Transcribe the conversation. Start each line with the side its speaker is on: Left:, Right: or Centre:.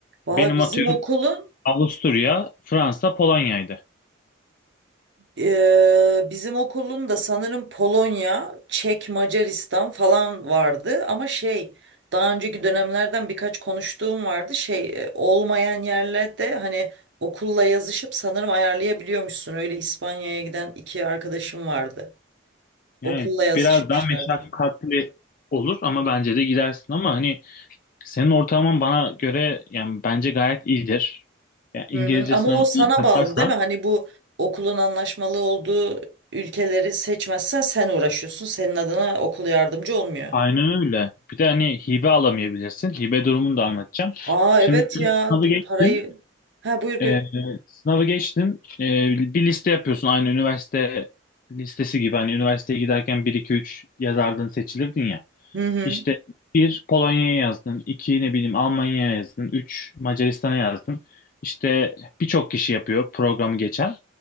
Right: Valla
Left: Benim
Right: bizim
Left: atıyorum
Right: okulun
Left: Avusturya, Fransa, Polonya'ydı.
Right: eee, bizim okulun da sanırım Polonya, Çek, Macaristan falan vardı ama şey daha önceki dönemlerden birkaç konuştuğum vardı şey e, olmayan yerlerde hani okulla yazışıp sanırım ayarlayabiliyormuşsun öyle İspanya'ya giden iki arkadaşım vardı
Left: Yani
Right: okulla yazışmışlar.
Left: biraz daha meşakkatli olur ama bence de gidersin ama hani senin ortalaman bana göre yani bence gayet iyidir. Yani İngilizce
Right: Hı hı. Ama
Left: sınavını
Right: o sana
Left: iyi kasarsan
Right: bağlı değil mi? Hani bu okulun anlaşmalı olduğu ülkeleri seçmezsen sen uğraşıyorsun. Senin adına okul yardımcı olmuyor.
Left: aynen öyle. Bir de hani hibe alamayabilirsin. Hibe durumunu da anlatacağım.
Right: Aa
Left: Şimdi
Right: evet ya
Left: sınavı
Right: bir
Left: geçtim.
Right: parayı. Ha buyur buyur.
Left: Ee, sınavı geçtin. Ee, bir liste yapıyorsun aynı üniversite listesi gibi. Hani üniversiteye giderken bir iki 3 yazardın seçilirdin ya.
Right: Hı hı.
Left: İşte bir Polonya'ya yazdın, iki ne bileyim Almanya'ya yazdın, üç Macaristan'a yazdın. İşte birçok kişi yapıyor programı geçen.